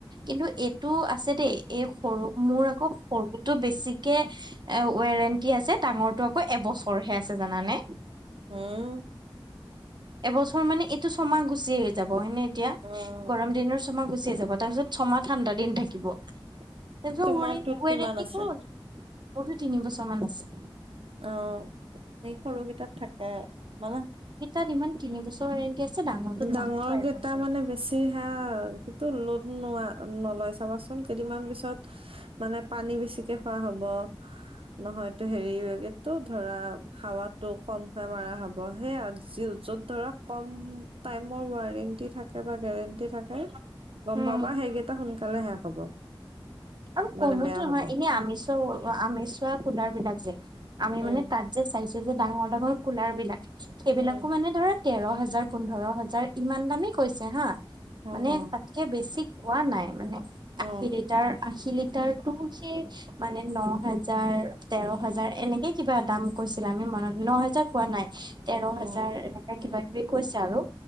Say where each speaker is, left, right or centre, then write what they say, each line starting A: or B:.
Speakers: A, on the right (about 50°); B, on the right (about 80°).
A: কিন্তু এইটো আছে দেই এই সৰু মোৰ আকৌ সৰুটো বেছিকে এ ৱেৰেণ্টি আছে ডাঙৰটো আকৌ এবছৰহে আছে জানানে।
B: অ
A: এবছৰ মানে এইটো ছমাহ গুচি যাব এনেই এতিয়া
B: উম
A: গৰম দিনৰ ছমাহ গুচিয়ে যাব তাৰপিছত ছমাহ ঠাণ্ডা দিন থাকিব তাৰপিছত
B: তোমাৰটোত
A: উৰে ৱাৰেণ্টি
B: কিমান আছে
A: কত মোতো তিনি বছৰ মান আছে।
B: অ এই সৰুকেইটাত থাকে মানে।
A: তাত ইমান তিন বছৰ এনেকে তিনি বছৰ ৱাৰেণ্টি আছে ডাঙৰটোত
B: ডাঙৰ
A: মাত্ৰ
B: কেইটা
A: এবছৰ
B: <unintelligible> সেইটো লোট নোৱা-নলয় চাবাচোন, কেইদিনমান পিছত মানে পানী বেছিকে খোৱা হ'ব নহয়তো হেৰি এইটো ধৰা হাৱাটো কমকে মাৰা হ'ব, সেই আৰু যি য'ত ধৰা কম টাইমৰ ৱাৰেন্টি থাকে বা গেৰেন্টি থাকে গম
A: উম
B: পাবা সেইকেইটা সোনকালে শেষ হ'ব।
A: আৰু
B: মানে
A: কমোতো
B: বেয়া
A: নহয়,
B: হব
A: এনে আমি চোৱা-আমি চোৱা কোলাৰ বিলাক যে, আমি
B: উম
A: মানে তাত যে চাইছোঁ যে ডাঙৰ ডাঙৰ কুলাৰ বিলাক, সেইবিলাকো
B: উম
A: মানে ধৰা তেৰ হাজাৰ, পোন্ধৰ হাজাৰ ইমান দামেই কৈছে হা,
B: হম
A: মানে
B: হম
A: তাত কে বেছি কোৱা নাই মানে,
B: উম
A: আশী লিটাৰ-আশী লিটাৰটোও সেই মানে ন হাজাৰ, তেৰ হাজাৰ, এনেকে কিবা দাম কৈছিলে, আমি মনত-ন হেজাৰ কোৱা নাই। তেৰ হাজাৰ,
B: উম
A: এনেকে কিবা কিবি কৈছে আৰু।